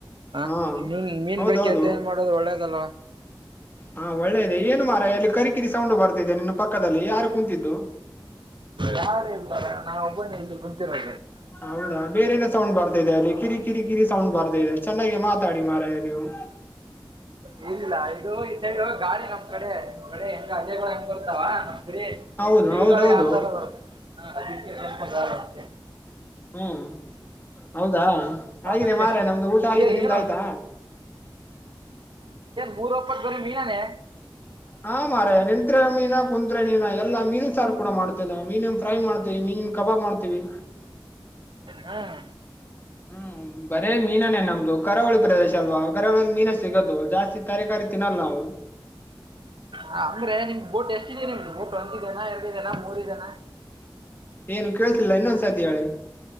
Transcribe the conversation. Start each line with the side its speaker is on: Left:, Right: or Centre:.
Right: ಹ
Left: ಹಾ
Right: ಮೀನ್ ಮೀನ್
Left: ಹೌದೌದು
Right: ಬಗ್ಗೆ ಅದ ಏನ್ ಮಾಡೋದು ಒಳ್ಳೇದಲ್ವಾ
Left: ಹಾ ಒಳ್ಳೆದೆ ಏನು ಮಾರ ಎಲ್ಲಿ ಕರಿಕಿರಿ ಸೌಂಡ್ ಬರ್ತಿದ್ದಿದೆ ನಿನ್ನ ಪಕ್ಕದಲ್ಲಿ ಯಾರು ಕುಂತಿದು
Right: ಯಾರ ಎಾರ ನಾ ಒಬ್ಬನೇ ಇಲ್ಲಿ ಕುಂತಿರೆ
Left: ಹೌದಾ ಬೇರೆೇನ ಸೌಂಡ್ ಬರ್ತದೆ ಅಲ್ಲಿ ಕಿರಿ ಕಿರಿ ಕಿರಿ ಸೌಂಡ್ ಬರ್ತಾ ಇದೆ ಚೆನ್ನಾಗಿ ಮಾತಾಡಿ ಮಾರ ನೀವು
Right: ಹ್ಮ ಇಡು ಈ ಸೈಡ್ ಗಳಿ ನಮ್ ಕಡೆ ನಿಮ್ ಕಡೆ ಹೆಂಗ ಅಜಗಳು ಹೆಂಗ್ರ್ತಾವ ನಮ್
Left: ಹೌದು
Right: ಬಿರುಗಾಳಿ
Left: ಹೌದೌದು
Right: ಆ ತರ ಬರುತ್ತದೆ ಹ ಅದಕ್ಕೆ ಸ್ವಲ್ಪ
Left: ಹ್ಮ ಹೌದಾ
Right: ಆ,
Left: ಆಗಿದೆ
Right: ಮತ್ತೆ
Left: ಮಾರ ನಮ್ದು ಊಟ ಆಗಿದೆ
Right: ಏ
Left: ನಿಮ್ದು
Right: ಏನು
Left: ಆಯ್ತಾ
Right: ಮೂರು ಒಪ್ಪತ್ ಬರ ಮೀನಾನೆ
Left: ಹಾ ಮಾರ ನಿಂತ್ರೆ ಮೀನಾ ಕುಂತ್ರೆ ಮೀನ ಎಲ್ಲಾ ಮೀನು ಸಾರು ಕೂಡ ಮಾಡ್ತೇವೆ ನಾವು ಮೀನನ್ ಫ್ರೈ ಮಾಡ್ತೀವಿ ಮೀನಿನ ಕಬಾಬ್ ಮಾಡ್ತೀವಿ
Right: ಹ್ಮ್
Left: ಹ್ಮ್ ಬರೇ ಮೀನಾನೇ ನಮ್ದು ಕರಾವಳಿ ಪ್ರದೇಶ ಅಲ್ವಾ ಕರಾವಳಿಯಲ್ಲಿ ಮೀನು ಸಿಗೋದು ಜಾಸ್ತಿ ತರಕಾರಿ ತಿನ್ನಲ್ಲ ನಾವು
Right: ಹ ಅಂದ್ರೆ ನಿಮ್ ಬೋಟ್ ಎಷ್ಟಿದೆ ನಿಮ್ದು ಬೋಟ್ ಒಂದ ಜನ ಎರಡು ಜನ ಮೂರು ಜನ
Left: ಏನು ಕೇಳ್ತಿಲ್ಲ ಇನ್ನೊಂದ್ಸತಿ ಹೇಳಳಿ